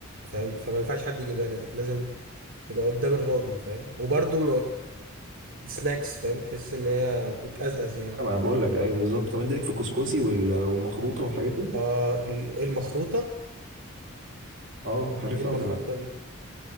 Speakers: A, on the right; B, on the right.
A: فاهم فما ينفعش حد يجيبها لك إنت لازم تبقى قدام الراجل فاهم وبرضه سناكس فاهم تحس ان هي بتقزقز يعني
B: لا، ما انا بقول لك ايوه بالظبط طب انت ليك في الكسكسي وال- والمخروطه والحاجات دي
A: اه ال- إيه المخروطه
B: اه عارفها
A: ايه المخروطه
B: ولا لا
A: دي